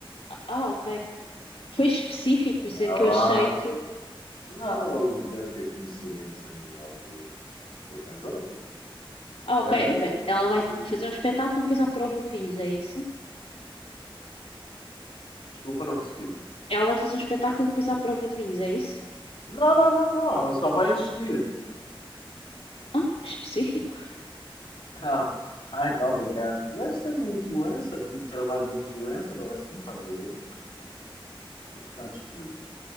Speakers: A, on the left; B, on the left.
A: Ah, ok. Foi específico,
B: Ela
A: por isso
B: não
A: é
B: é
A: que
B: lá,
A: eu achei que
B: tipo, não, ele deve ter conhecimentos a nível de com a cantora, pronto.
A: Ah,
B: Ah,
A: ok. mas Ela
B: e
A: vai fazer um espetáculo e depois à prova de vinhos, é isso?
B: desculpa, não percebi.
A: Ela vai fazer um espetáculo e depois à prova de vinhos, é isso?
B: Não, não, não, não, ela só vai assistir.
A: Ah, que específico.
B: Ah, ai, calma, cara. Deve ser uma influencer, tipo trabalho de influencer ou assim, estás a ver? Um bocado esquisito.